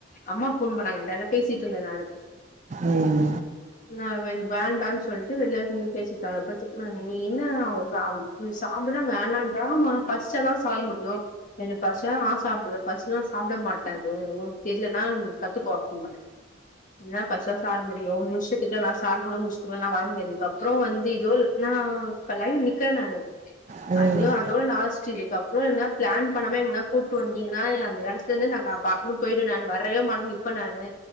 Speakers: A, on the left (about 40°); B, on the right (about 40°).
A: அம்மா போன் பண்ணாங்க அதான்ட பேசி இருந்தே நானு
B: ம்
A: நா எனக்கு வேண்டானு சொல்ட்டு வெளியே வந்து பேசிட்டாங்க அப்ப திட்னாங்க நீ என்ன அவுங்க சாப்டுனா வேணான்ற பசிச்சா தா சாப்ட முடியு எனக்கு பஸ்ச்சா நா சாப்டுவே பஸிக்னா சாப்ட மாட்டே அது ஒனக்கு தெர்லனா கத்துக்கோ அப்டின்னா என்ன பஸ்சா சாப்ட முடியு உங்க இஷ்டத்துக்லா நா சாப்ட்னு உங்க இஷ்டத்துக்லா என்னால வர முடியாது அப்ரோ வந்து இதோட நா லைன்ல நிக்ற நானு
B: ம் ம்
A: ஐயோ இதோட லாஸ்ட் இதுக்கு அப்ரோ என்ன பிளான் பண்ணாம எங்கன கூட்டு வந்தீங்கன்னா அந்த எடத்துல இருந்து நா பாட்னு பொய்ருவ நானு வரவே மாட்டே நிப்ப நானு